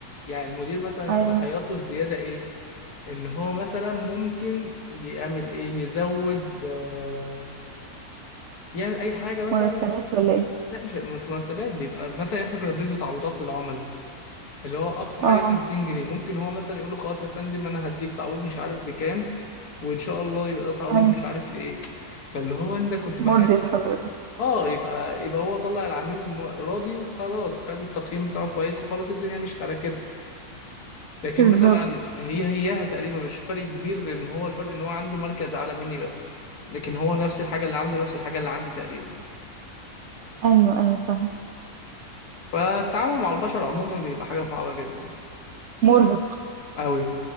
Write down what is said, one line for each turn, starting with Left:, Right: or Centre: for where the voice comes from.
Left: يعني المدير مثلا
Right: ايوه
Left: صلاحياته الزيادة ايه ان هو مثلا ممكن يعمل ايه يزود آه، يعمل اي حاجة مثلا
Right: مرتبات ولا ايه
Left: لا مش مش مرتبات بيبقى مثلا احنا كنا بندي تعويضات للعملاء اللي هو اقصى حاجه
Right: اه
Left: 50 جنيه ممكن هو مثلا يقول له خلاص يا فندم انا هديك تعويض مش عارف بكام وان شاء الله يبقى ده تعويض
Right: ايوه
Left: مش عارف لايه فاللي هو انت كنت
Right: مرضي
Left: بحس
Right: لحضرتك
Left: اه يبقى يبقى هو طلع العميل م- راضي وخلاص خد التقييم بتاعه كويس وخلاص الدنيا مشيت على كده لكن
Right: بالظبط
Left: مثلا هي هياها تقريبا مش فرق كبير غير ان هو الفرق ان هو عنده مركز اعلى مني بس لكن هو نفس الحاجه اللي عنده نفس الحاجه اللي عندي تقريبا
Right: ايوه ايوه فاهم
Left: فالتعامل مع البشر عموما بيبقى حاجه صعبه جدا
Right: مرهق
Left: قوي